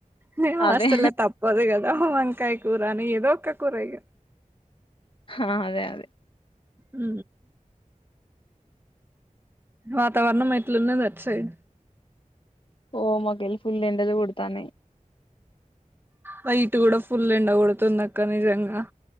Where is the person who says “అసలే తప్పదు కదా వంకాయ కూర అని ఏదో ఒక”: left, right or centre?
Right